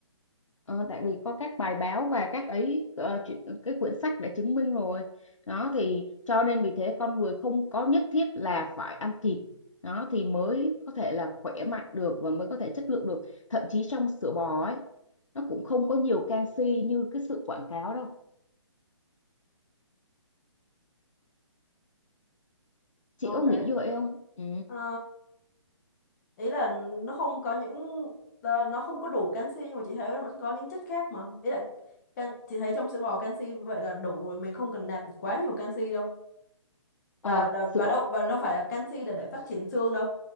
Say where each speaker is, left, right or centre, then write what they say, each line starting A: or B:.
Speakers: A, on the left; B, on the left.
A: Ờ, tại vì có các bài báo và các ấy ờ, chuyện, cái quyển sách đã chứng minh rồi đó thì cho nên vì thế con người không có nhất thiết là phải ăn thịt đó thì mới có thể là khỏe mạnh được và mới có thể chất lượng được thậm chí trong sữa bò ấy nó cũng không có nhiều canxi như cái sự quảng cáo đâu chị
B: ok
A: có nghĩ như vậy không ừ
B: Ờ, ý là nó không có những ờ, nó không có đủ canxi nhưng mà chị thấy nó vẫn có những chất khác mà ý là can, chị thấy trong sữa bò canxi vậy là đủ rồi mình không cần nạp quá nhiều canxi đâu
A: Ờ,
B: và đ-
A: sữa
B: và đâu và đâu phải là canxi để để phát triển xương đâu